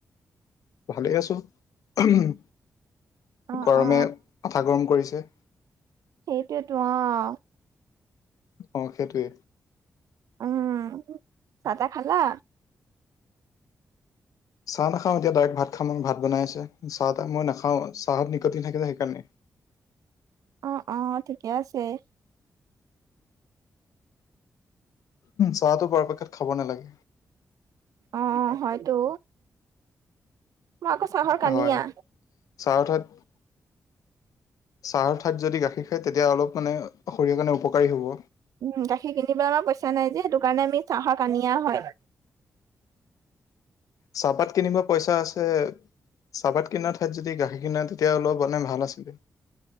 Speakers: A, on the left; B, on the right.
A: ভালেই আছো, উহুম,
B: অ
A: গৰমে
B: অ
A: মাথা গৰম কৰিছে।
B: সেইটোয়েতো অ'।
A: অ, সেইটোয়ে।
B: উম, চাহ-টা খালা?
A: চাহ নাখাওঁ এতিয়া ডাইৰেক্ট ভাত খাম মই। ভাত বনাই আছে, চাহ- তাহ মই নাখাওঁ। চাহত নিকটিন থাকে যে সেইকাৰণে।
B: অ অ, ঠিকে আছেই।
A: চাহটো পৰাপেক্ষত খাব নালাগে।
B: অ হয়তো, মই আকৌ চাহৰ কানিয়া।
A: হয় চাহৰ ঠাইত চাহৰ ঠাইত যদি গাখীৰ খায় তেতিয়া অলপ মানে শৰীৰৰ কাৰণে উপকাৰী হ'ব।
B: উম, গাখীৰ কিনিবলৈ আমাৰ পইচা নাই যে সেইটো কাৰণে আমি চাহৰ কানিয়া হয়। <inaudible>
A: চাহপাত কিনিব পইচা আছে, চাহপাত কিনাৰ ঠাইত যদি গাখীৰ কিনা তেতিয়া অলপ মানে ভাল আছিলে।